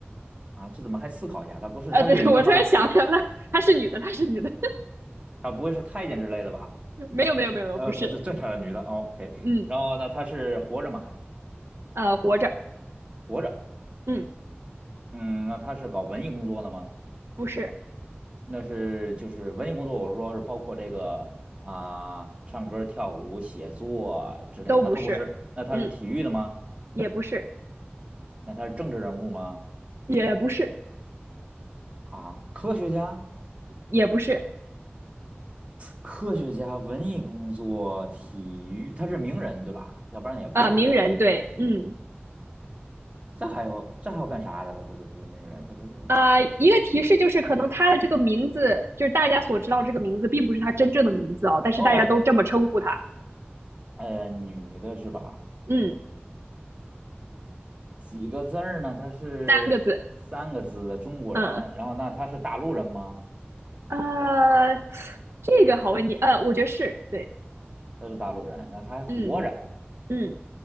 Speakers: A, on the right; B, on the right.
A: 啊，这怎么还思考一下？他不是，
B: 呃，
A: 他是女的吗？
B: 对，<laughs> 我突然想起来了，她是女的，她是女的，
A: 他不会是太监之类的吧？
B: <laughs> 没有没有没有，
A: 呃，
B: 不是，
A: 她是正常的女的，OK。o k
B: 嗯
A: 然后呢，她是活着吗？还
B: 呃，活着，
A: 活着。
B: 嗯，
A: 嗯，那她是搞文艺工作的吗？
B: 不是，
A: 那是就是文艺工作，我是说是包括这个啊、唱歌、跳舞、写作之类，
B: 都不是，
A: 他都不是。那他是体育的吗？
B: 嗯，也不是，
A: 那他是政治人物吗？
B: 也不是，
A: 啊，科学家、
B: 也不是，
A: 科学家、文艺工作、体育，他是名人对吧？要不然也不会知道他名字。
B: 啊、名人对，嗯，
A: 这还有这还有干啥的？他他他是名人，他他他
B: 啊、一个提示就是可能他的这个名字，就是大家所知道这个名字，并不是他真正的名字哦，但是大家都这么称呼他，
A: 哦，呃，女的是吧？
B: 嗯，
A: 几个字儿呢？她是三个字的中国人，
B: 三个字，嗯，
A: 然后那她是大陆人吗？
B: 呃，这个好问题，呃，我觉得是对，
A: 她是大陆人，然后她还活着。
B: 嗯嗯，